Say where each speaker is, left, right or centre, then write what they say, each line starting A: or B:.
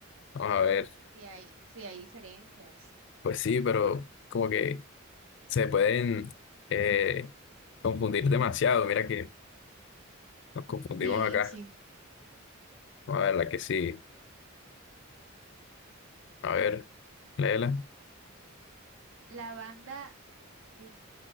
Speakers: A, on the left; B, on the right.
A: vamos a ver,
B: si hay, si hay diferencias.
A: pues sí, pero como que se pueden eh, confundir demasiado, mira que nos confundimos
B: Sí,
A: acá,
B: sí.
A: vamos a ver la que sigue, a ver, léela,
B: La banda de,